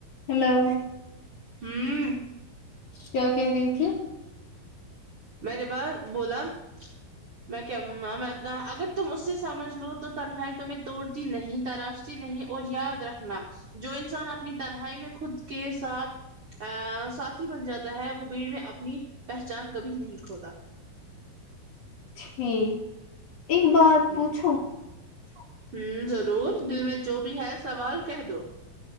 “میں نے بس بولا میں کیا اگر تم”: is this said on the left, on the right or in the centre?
Right